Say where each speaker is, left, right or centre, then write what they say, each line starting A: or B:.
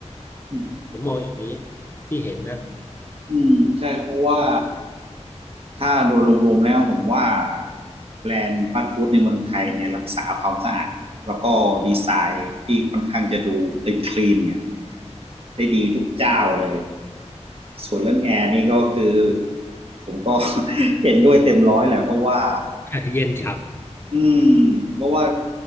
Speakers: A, on the right; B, on the left.
A: อืม
B: ผมมองอย่างนี้ที่เห็นนะ
A: อืมใช่เพราะว่า ถ้าโดยรวมๆแล้วผมว่าแบรนด์ฟาสต์ฟู้ดในเมืองไทยเนี่ยรักษาความสะอาดแล้วก็ดีไซน์ที่ค่อนข้างจะดูคลีน n เนี่ยได้ดีทุกเจ้าเลยส่วนเรื่องแอร์นี่ก็คือผมก็ <laughs> เห็นด้วยเต็มร้อยแหละเพราะว่า
B: <laughs> เย็นฉ่
A: อืมเพราะว่า